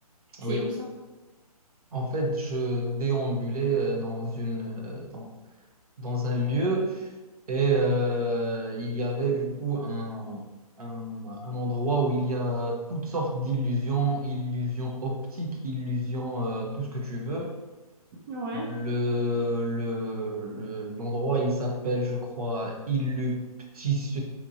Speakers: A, on the right; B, on the right.
A: C'est
B: Oui,
A: où ça?
B: en fait, je déambulais euh, dans une euh, dans, dans un lieu et euh, il y avait du coup un Un, un endroit où il y a toutes sortes d'illusions, illusions optiques, illusions, euh, tout ce que tu veux.
A: Ouais,
B: Le, le, le- l'endroit, il s'appelle, je crois, Illuptis,